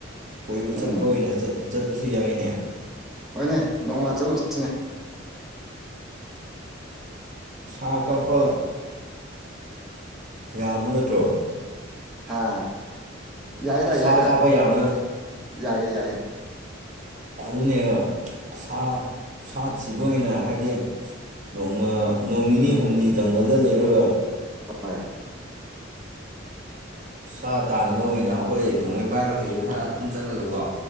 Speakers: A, on the right (about 40°); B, in the centre.
A: ꯀꯣꯏꯕ
B: ꯎꯝ
A: ꯆꯠꯄ ꯑꯣꯏꯅ ꯆꯠꯄꯁꯨ ꯌꯥꯏꯅꯦ
B: ꯍꯣꯏꯅꯦ ꯅꯣꯡꯃ ꯆꯠꯂꯨꯁꯤꯅꯦ
A: ꯁꯥ ꯀꯥꯞꯄ ꯌꯥꯕ ꯅꯠꯇ꯭ꯔꯣ
B: ꯍꯥꯥ ꯌꯥꯏꯗ
A: ꯁꯥ
B: ꯌꯥꯏꯗ
A: ꯀꯥꯞꯄ ꯌꯥꯕꯅ
B: ꯌꯥꯏꯌꯦ ꯌꯥꯏꯌꯦ
A: ꯑꯗꯨꯅꯦꯕ ꯁꯥ ꯁꯥꯠꯁꯤꯕꯨ ꯑꯣꯏꯅ ꯍꯥꯏꯗꯤ ꯅꯣꯡꯃ ꯅꯣꯡ ꯅꯤꯅꯤ
B: ꯎꯝ
A: ꯍꯨꯝꯅꯤ ꯖꯪꯒꯜꯗ ꯂꯩꯔꯒ
B: ꯍ
A: ꯁꯥ ꯇꯥꯟꯕ ꯑꯣꯏꯅ ꯑꯩꯈꯣꯏ ꯅꯣꯡꯃꯩ ꯄꯥꯏꯕ ꯍꯩꯗꯣ ꯈꯔ ꯑꯗꯨꯝ ꯆꯠꯂꯒꯀꯣ